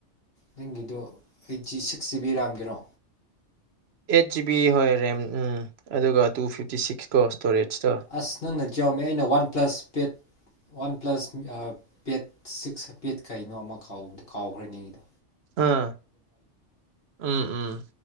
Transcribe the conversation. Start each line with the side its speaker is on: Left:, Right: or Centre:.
Left: ꯅꯪꯒꯤꯗꯨ ꯑꯩꯠꯖꯤ ꯁꯤꯛꯁ ꯖꯤꯕꯤ ꯔꯥꯝꯒꯤꯔꯣ
Right: ꯑꯩꯠ ꯖꯤꯕꯤ ꯍꯣꯏ ꯔꯦꯝ ꯎꯝ ꯑꯗꯨꯒ ꯇꯨ ꯐꯤꯐꯇꯤ ꯁꯤꯛꯁꯀꯣ ꯏꯁꯇꯣꯔꯦꯖꯇꯣ
Left: ꯑꯁ ꯅꯪꯅ ꯖꯥꯎꯒꯤ ꯑꯩꯅ ꯋꯥꯟ ꯄ꯭ꯂꯁ ꯄꯦꯠ ꯋꯥꯟ ꯄ꯭ꯂꯁ ꯄꯦꯠ ꯁꯤꯛꯁ ꯄꯦꯠ ꯀꯩꯅꯣ ꯑꯃ ꯀꯕꯗꯣ ꯀꯥꯎ ꯈ꯭ꯔꯦꯅꯦ
Right: ꯑꯥ ꯎꯝ ꯎꯝ